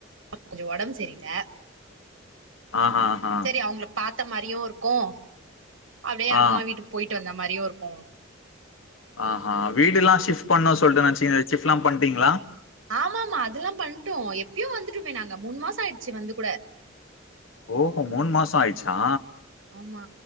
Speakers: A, on the right; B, on the left.
A: கொஞ்ச ஒடம்பு செரில்ல
B: ஆஹா ஆஹா
A: சரி அவங்க பாத்த மாரியும் இருக்கும் அப்டியே
B: ஆ
A: அம்மா வீட்டு போயிட்டு வந்த மாரியும் இருக்கும்
B: ஆ ஹ வீடுல்லா ஷிஃப்ட் பண்ணோன் சொல்லிட்டு நனச்சீங்க ஷிப்ட்ல்லா பண்ணிட்டீங்களா
A: ஆமா ஆமா அதெல்லா பண்ட்டோ எப்பயோ வந்துட்டமே நாங்க மூணு மாசம் ஆயிடுச்சு வந்து கூட
B: ஓ மூணு மாசம் ஆயிடுச்சா
A: ஆமா